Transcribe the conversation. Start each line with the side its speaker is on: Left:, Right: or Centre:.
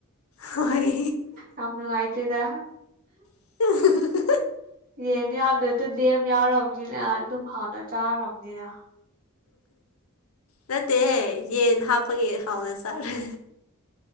Left: ꯍꯣꯏ
Right: ꯌꯥꯝ ꯅꯨꯡꯉꯥꯢꯇꯦꯗꯥ꯫
Left: <unintelligible>
Right: ꯌꯦꯟ ꯌꯥꯎꯗ꯭ꯔꯥꯁꯨ ꯗꯦꯝ ꯌꯥꯎꯔꯝꯅꯤꯅ ꯑꯗꯨꯝ ꯍꯥꯎꯅ ꯆꯥꯔꯝꯅꯤꯅ
Left: ꯅꯠꯇꯦꯍꯦ ꯌꯦꯟ ꯍꯥꯞꯄꯒꯤ ꯍꯥꯎꯅ ꯆꯥꯔꯦ꯫